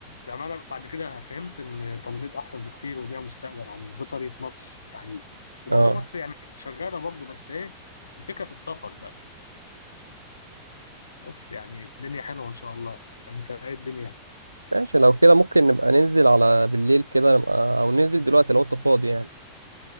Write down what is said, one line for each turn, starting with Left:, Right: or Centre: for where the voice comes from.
Left: لما بعد كده فهمت ان تمريض احسن بكتير وليها مستقبل عن بيطري في مصر تحديدا وبره
Right: اه
Left: مصر يعني شغالة برضو بس ايه الفكرة في السفر بقى بس يعني الدنيا حلوة ان شاء الله انت ايه الدنيا
Right: ماشي لو كده ممكن نبقى ننزل على بالليل كده نبقى او ننزل دلوقتي لو انت فاضي يعني